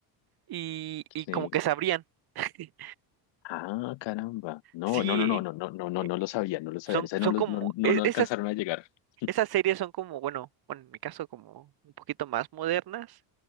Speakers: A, on the right; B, on the left.
A: y, y
B: sí.
A: como que se abrían. <laughs>
B: Ah, caramba. No,
A: Sí,
B: no, no, no, no, no, no, no,
A: eh,
B: no lo sabía, no lo sabía.
A: son,
B: Esa
A: son
B: no, lo-
A: como,
B: no, no,
A: e-
B: no alcanzaron
A: esas
B: a llegar. <laughs>
A: Esas series son como, bueno, bueno, en mi caso como un poquito más modernas,